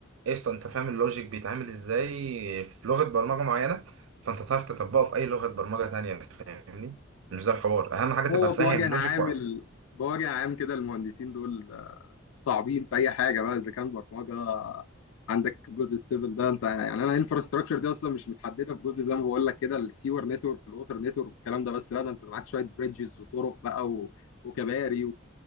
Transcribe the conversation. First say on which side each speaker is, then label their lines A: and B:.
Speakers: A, on the right (about 85°); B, on the left (about 85°).
A: قشطه انت فاهم اللوجيك بيتعمل ازاي في لغه برمجه معينه فانت تعرف تطبقه في اي لغه برمجه تانية فاهمني مش ده الحوار اهم حاجه تبقى
B: هو
A: فاهم
B: بوجه
A: اللوجيك
B: عام
A: وعارف.
B: ال... بوجه عام كده المهندسين دول آه، صعبين في اي حاجه بقى اذا كان برمجه آه، عندك جزء السيفل ده انت يعني انا انفراستراكشر دي اصلا مش متحدده في جزء زي ما بقول لك كده السيور نتورك والووتر نتورك والكلام ده بس لا ده انت معاك شويه بريدجز وطرق بقى و... وكباري